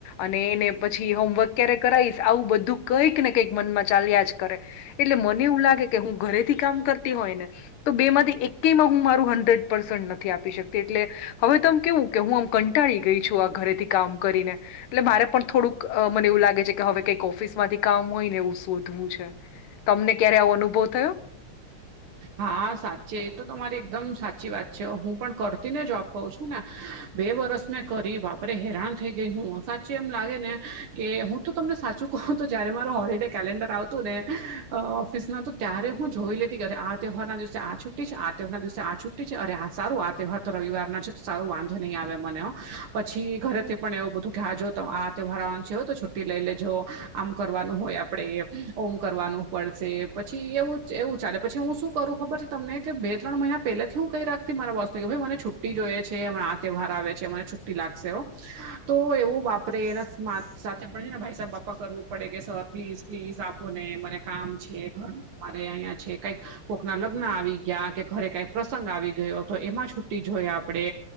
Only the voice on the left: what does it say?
અને એને પછી હોમવર્ક ક્યારે કરાઈશ આવું બધું કંઈક ને કંઈક મનમાં ચાલ્યા જ કરે. એટલે મને એવું લાગે કે હું ઘરેથી કામ કરતી હોય ને તો બેમાંથી એકેયમાં હું મારું હન્ડ્રેડ પર્સન્ટ નથી આપી શકતી એટલે હવે તો આમ કેવું કે હું આમ કંટાળી ગઈ છું આ ઘરેથી કામ કરીને. એટલે મારે પણ થોડુંક અ મને એવું લાગે છે કે હવે કંઈક ઓફિસમાંથી કામ હોય ને એવું શોધવું છે. તમને ક્યારે આવો અનુભવ થયો?